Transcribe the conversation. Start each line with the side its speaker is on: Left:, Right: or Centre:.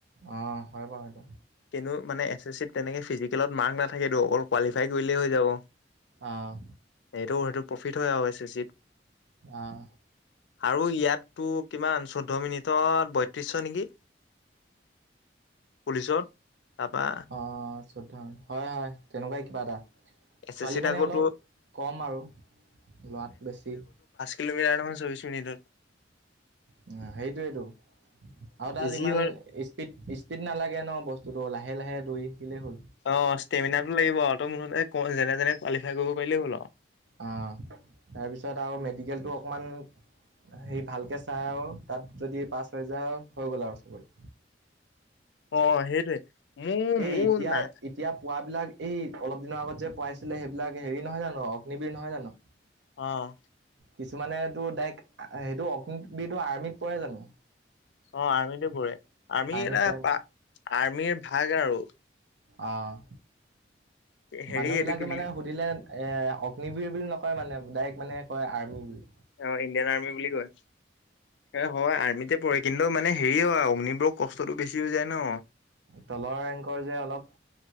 Right: অ, হয় বাৰ সেইটো।
Left: কিন্তু মানে এছ এছ চিত তেনেকে ফিজিকেলত মাৰ্ক নাথাকেতো অকল কোৱালিফাই কৰিলেই হৈ যাব
Right: অঁ
Left: এইটো সে প্ৰফিট হয় এচ চি চিত
Right: অঁ
Left: আৰু ইয়াত তটো কিমান চৈধ্য মিনিটত বৈত্ৰিশ নেকি? পুলিচত তাপা
Right: অঁ চৈধ্য হয়-হয় তেনেকুৱাই কিবা এটা।
Left: এছ
Right: ছোৱালী
Left: এছ চিত
Right: কাৰণে
Left: আকৌ
Right: অলপ
Left: তোৰ
Right: কম আৰু লৰাত বেছি।
Left: কিলোমিটৰ আ, চৌবিচ মিনিটত
Right: উ, সেইটোৱেটো। আৰু তাত
Left: ইজি
Right: ইমান
Left: হয়।
Right: স্পিড-স্পিড নালাগে ন বস্তুতো লাহে-লাহে দৌৰি থাকিলেই হ'ল
Left: অ' ষ্টেমিনাটো লাগিব আৰু তই মুঠতে যেনে তেনে কোৱালিফাই কৰিব পাৰিলেই হ'ল আৰু।
Right: অ', তাৰপিছত আৰু মেডিকেলটো অকমান সেই ভালকে চাই আৰু তাত যদি পাঁচ হজাৰ হৈ গ'ল আৰু চাকৰি।
Left: অ' সেইটোৱে। মোৰ
Right: এই
Left: মোৰ
Right: এতিয়া-এতিয়া
Left: না
Right: পোৱাবিলাক এই অলপ দিনৰ আগত যে পাইছিলে, সেইবিলাক হেৰি নহয় জানো অগ্নিবিৰ নহয় জানো।
Left: অ',
Right: কিছুমানে ডাইক সেইটো অগনি আৰ্মিত পোৱাই জানো।
Left: অ' আৰমিতো পৰে আৰ্মি
Right: আৰ্মিত
Left: এটা
Right: পৰে নেকি
Left: প আৰ্মিৰ ভাগ আৰু
Right: অ'
Left: হেৰি
Right: মানুহ
Left: এইটো
Right: বিলাকে
Left: কি বুলি
Right: মানে সুধিলে এ অগ্নিবীৰ বুলি নকয় নকয় মানে ডাইৰেক্ট মানে কয় আৰ্মি বুলি
Left: অ' ইণ্ডিয়ান আৰ্মি বুলি কয় হয় আৰ্মিতে পোৱা। কিন্তু মানে হেৰি হয় অগ্নিবোৰক কষ্টটো বেছি হৈ যায় ন।
Right: তলৰ ৰেংকৰ যে অলপ।